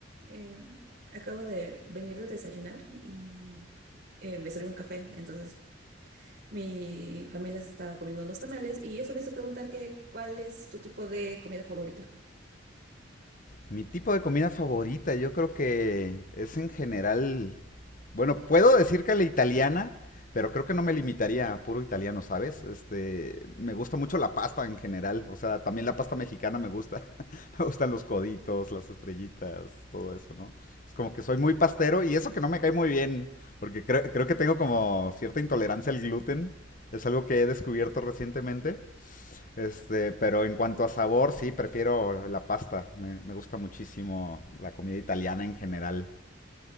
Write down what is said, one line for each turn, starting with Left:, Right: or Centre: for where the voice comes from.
Right: Eh, acabo de venir de desayunar y eh, me salió un café. Entonces, mi familia se estaba comiendo unos tamales y eso me hizo preguntar que, ¿cuál es tu tipo de comida favorita?
Left: Mi tipo de comida favorita, yo creo que es en general, bueno, puedo decir que la italiana, pero creo que no me limitaría a puro italiano, ¿sabes? Este, me gusta mucho la pasta en general, o sea, también la pasta mexicana me gusta. <laughs> me gustan los coditos, las estrellitas, todo eso, ¿no? Es como que soy muy pastero y eso que no me cae muy bien, porque creo, creo que tengo como cierta intolerancia al gluten, es algo que he descubierto recientemente. Este, pero en cuanto a sabor, sí, prefiero la pasta. Me, me gusta muchísimo la comida italiana en general.